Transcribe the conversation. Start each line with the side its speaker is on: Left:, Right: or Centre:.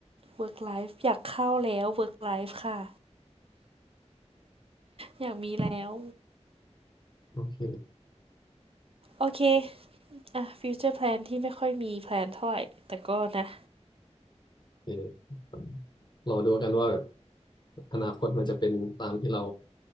Right: work life อยากเข้าแล้ว work life ค่ะอยากมีแล้ว
Left: โอเค
Right: โอเคอ่ะ future plan ที่ไม่ค่อยมีแพลนเท่าไหร่แต่ก็นะ
Left: โอเครอดูกันว่าแบบอนาคตมันจะเป็นตามที่เรา